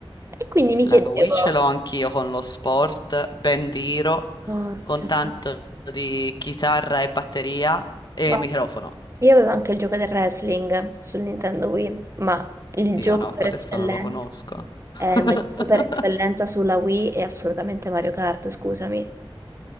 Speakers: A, on the right (about 30°); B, on the left (about 50°).
A: E quindi mi chiedevo,
B: La Wii ce l'ho anch'io con lo sport, ben diro,
A: porca.
B: con tanto di chitarra e batteria e
A: Guarda,
B: microfono.
A: Io avevo anche il gioco del wrestling sul Nintendo Wii, ma il
B: Oddio,
A: gioco
B: no,
A: per
B: adesso
A: eccellenza,
B: non lo conosco. <laughs>
A: eh, ma il gioco per eccellenza sulla Wii è assolutamente Mario Kart, scusami.